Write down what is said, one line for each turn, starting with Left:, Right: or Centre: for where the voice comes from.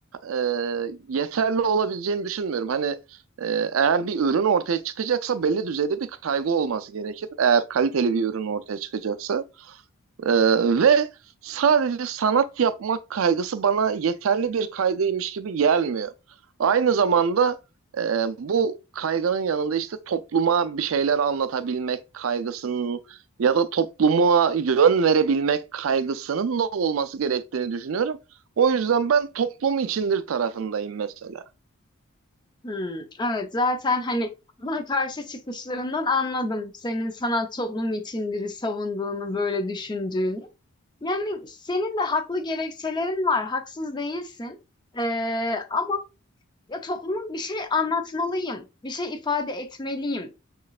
Right: e, yeterli olabileceğini düşünmüyorum. Hani e, eğer bir ürün ortaya çıkacaksa belli düzeyde bir kaygı olması gerekir. Eğer kaliteli bir ürün ortaya çıkacaksa. Ee, ve sadece sanat yapmak kaygısı bana yeterli bir kaygıymış gibi gelmiyor. Aynı zamanda e, bu kaygının yanında işte topluma bir şeyler anlatabilmek kaygısının ya da topluma yön verebilmek kaygısının da olması gerektiğini düşünüyorum. O yüzden ben toplum içindir tarafındayım mesela.
Left: Hmm, evet zaten hani buna karşı çıkışlarından anladım senin sanat toplumu içindir savunduğunu, böyle düşündüğünü. Yani senin de haklı gerekçelerin var, haksız değilsin. Ee, ama ya topluma bir şey anlatmalıyım, bir şey ifade etmeliyim